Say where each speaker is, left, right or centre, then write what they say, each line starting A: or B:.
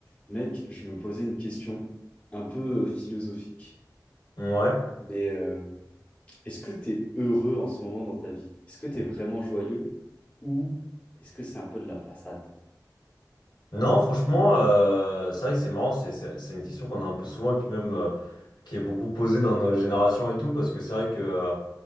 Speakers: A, on the left; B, on the left.
A: Mec, je me posais une question un peu euh, philosophique.
B: Ouais.
A: Mais euh, est-ce que tu es heureux en ce moment dans ta vie? Est-ce que tu es vraiment joyeux ou est-ce que c'est un peu de la façade?
B: Non, franchement, euh, c'est vrai que c'est marrant, c'est c'est- c'est une question qu'on a un peu souvent et puis même euh, qui est beaucoup posée dans nos générations et tout, parce que c'est vrai que, euh,